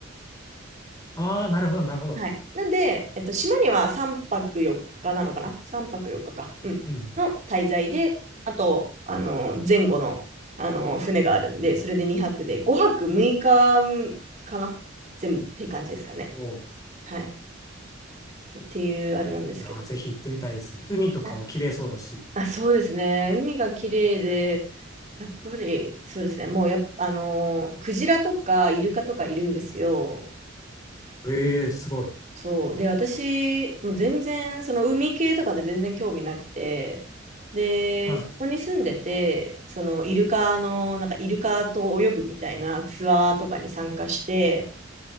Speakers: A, on the left; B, on the right.
A: ああ、なるほど、なるほど。
B: はい。なんで、えっと、島には3泊4日なのかな ?3 泊4日かか。うん。
A: うん。
B: の滞在で、あと、あの、前後の、あの、船があるんで、それで2泊で、5泊6日かかな全部って感じですかね。
A: おお、
B: はい。っていうあれなんですけど。
A: いやー、ぜひ行ってみたいですね。海とかも綺麗そうだし。
B: あ、あそうですね。海が綺麗で、やっぱり、そうですね。もうやっぱ、あの、クジラとかイルカとかいるんですよ。
A: ええ、すごい。
B: そう。で、私、もう全然、その海系とかで全然興味なくて、で、
A: はい、
B: そこに住んでて、そのイルカの、なんかイルカと泳ぐみたいなツアーとかに参加して、